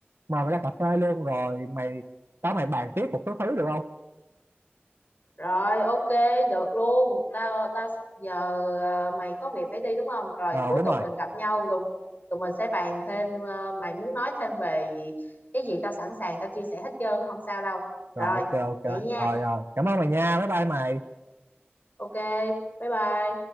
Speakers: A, on the right (about 75°); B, on the left (about 50°).
A: mời mày ra cà phê luôn rồi mày tao mày bàn tiếp một số thứ được không
B: rồi ok được luôn tao tao giờ à, mày có việc phải đi đúng không rồi
A: ờ
B: cuối
A: đúng
B: tuần
A: rồi
B: mình gặp nhau tụi, tụi mình sẽ bàn thêm ờ, mày muốn nói thêm về gì- cái gì tao sẵn sàng tao chia sẻ hết trơn không sao đâu
A: rồi
B: rồi
A: ok ok
B: vậy nha
A: rồi rồi cảm ơn mày nha bye bye mày
B: ok bye bye